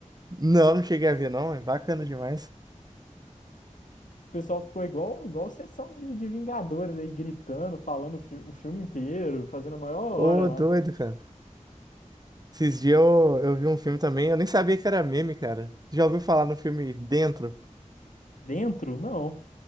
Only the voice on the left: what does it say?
O pessoal ficou igual, igual sessão de, de Vingadores aí, gritando, falando fi- o filme inteiro, fazendo a maior
hora lá.
Dentro? Não.